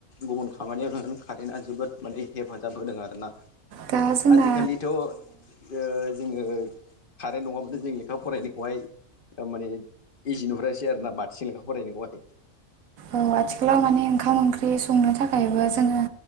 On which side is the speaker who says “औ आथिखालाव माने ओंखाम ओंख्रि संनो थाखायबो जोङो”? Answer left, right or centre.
Right